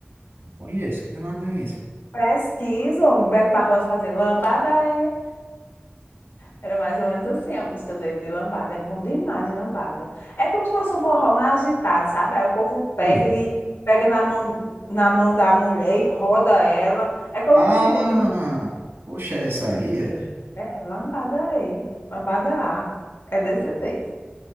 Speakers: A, on the right; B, on the left.
A: Não conheço, que danada é isso?
B: Pesquisa. O Beto Barbosa fazer lambada é. Era mais ou menos assim a música dele de lambada. É bom demais, lambada. É como se fosse um forró mais agitado, sabe? Aí o povo pega
A: Hum.
B: e pega na mão, na mão da mulher e roda ela. É como
A: Ah!
B: se fosse um. vo-
A: Poxa, essa aí é.
B: É, lambada E, lambada A. É desse
A: Parece.
B: jeito.